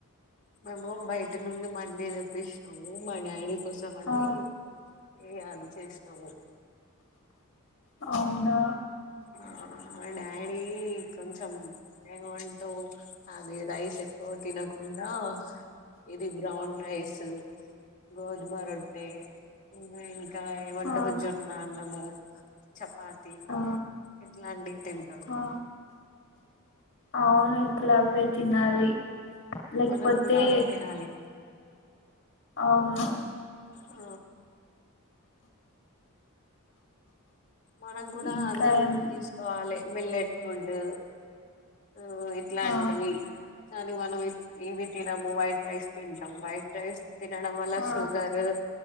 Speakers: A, on the left; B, on the left.
A: మేము బయట నుండి మండి తెప్పించినం మా డాడీకి కోసం అని.
B: ఆ
A: యా అది చేసినాము.
B: అవునా.
A: ఆ మా డాడీ కొంచెం ఏమంటూ అది రైస్ ఎక్కువ తినకుండా ఇది బ్రౌన్ రైస్ గోధుమ రొట్టె ఉమ్. కాయమ్మ ఏమంటారు
B: ఆ
A: జొన్న రొ. మో చపాతి.
B: ఆ
A: ఇట్లాంటివి తింటాడు.
B: ఆ అవును అవే తినాలి. లేక్పోతే
A: మనం కూడా అవే తినాలి
B: అవును.
A: ఆ మనం కూడా
B: ఇంకా
A: అదేఫుడ్
B: ఏం
A: తీసుకోవాలే. Millet food. నువ్వు ఇట్లాంటివి
B: ఆ
A: కానీ మనం ఇప్ ఇవి తినము వాయిట్. రైస్ తింటం వైట్ రైస్. తినడం వల్ల
B: ఆ
A: షుగరు.